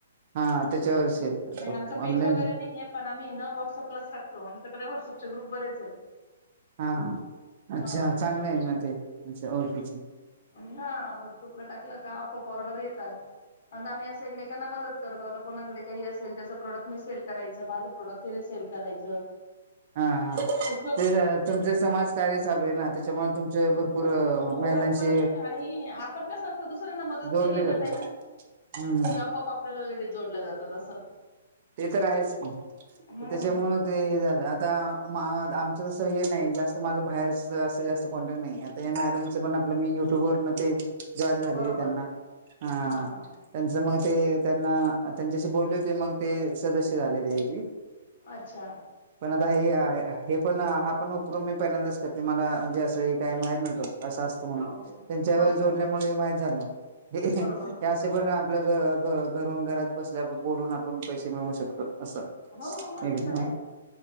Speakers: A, on the right; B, on the left.
A: हा त्याच्यावर सेल करतो
B: नाही आमचं पेज
A: ऑनलाईन
B: वगैरे नाही आहे पण आम्ही न व्हॉट्सअपलाच टाकतो क व्हटसअप ग्रुप बरेच आहेत.
A: हा अच्छा
B: हा
A: चांगलं आहे ना ते अच्छा ओके.
B: ह मग चुपला टाकलं का आपप ऑर्डर येतात पण आम्ही अस एकमेांना मदत करतो होता कोणाकडे काही असेल त्याचं प्रोडक्ट मी सेल करायं माझं प्रोडक्टिने सेल करायचं.
A: हा ह
B: असं
A: ते तुमचा समाजकार्य साब ना त्याच्यामुळे तुमचे
B: हम्म
A: भरपूर
B: ओळख
A: महिलांशी
B: पण आहे आणि आपण कसत दुसऱ्यांना मदत
A: जोडले
B: केली ना
A: जातात
B: तई कि
A: हम्म
B: आप आपप आपल्याला लेडी जोडल्या जातात असं
A: ते तर आहेच की
B: हम्म
A: त्याच्यामुळे ते हे झालं आता आमचं तस हे नाही जास्त माझं बाहेरच असं जास्त कॉन्टॅक्ट नाही आता या मॅडमच मी युट्युब व जाईन झाले
B: बरोबर
A: त्यांना त्यां
B: हा हा
A: म ते त्यांना त्यांच्याशी बोलले होते मग ते सदस्य झाले तेजी
B: अच्छा
A: हे हे पण हा पण उपक्रम मी पहिल्यांदाच करते मलाजे असं काय माहित नव्हती. असं असतं म्हणून
B: ओके.
A: तेंच्यावर
B: हो हो
A: जोडल्यामुळे
B: हो
A: माहीत झालं. व्हय कनि
B: बरोबर
A: ते
B: बरोबर
A: असे पण आपलं घर घ घरून घरात बसल्या, बोलून आपण पैसे मिळू शकतो. असं
B: हो मग
A: एकदम
B: तेेतर हायच.